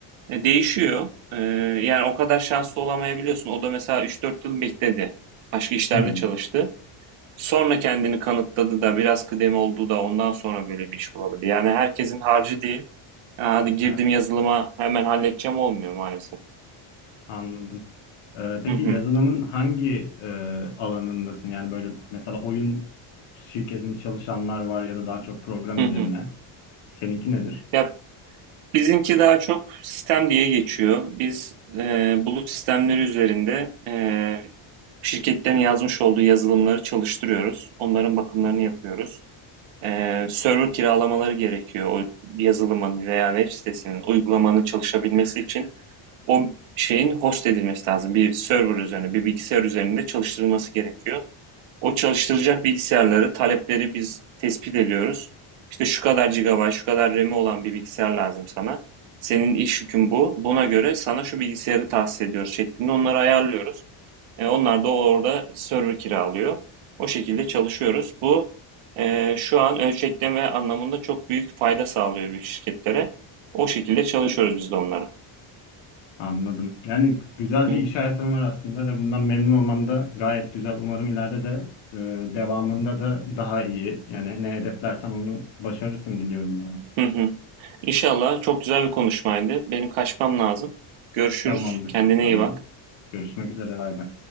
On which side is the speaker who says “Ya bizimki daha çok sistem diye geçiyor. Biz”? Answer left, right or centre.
Right